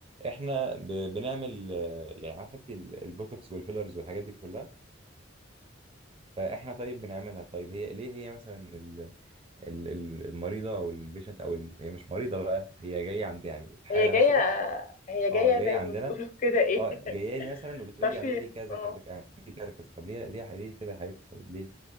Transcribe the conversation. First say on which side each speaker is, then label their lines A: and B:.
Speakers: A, on the right; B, on the left.
A: احنا ب... بنعمل آه، يعني عارفه انت ال- البوتوكس والفيلرز والحاجات دي كلها فاحنا طيب بنعملها طيب هي ليه هي مثلا ال... ال... ال- المريضه او البيشنت او ال... هي مش مريضه بقى هي جايه عند يعني الحاله
B: هي جاية
A: مثلا
B: هي جاية
A: اه جايه
B: زي
A: عندنا
B: ما بتقولوا كده ايه
A: اه جايه
B: <laughs>
A: لي مثلا وبتقول
B: ترفيه
A: لي اعمل لي كذا
B: اه
A: كذا كذا اعمل لي كذا كذا طب ليه ليه ليه كده يا حبيبتي طيب ليه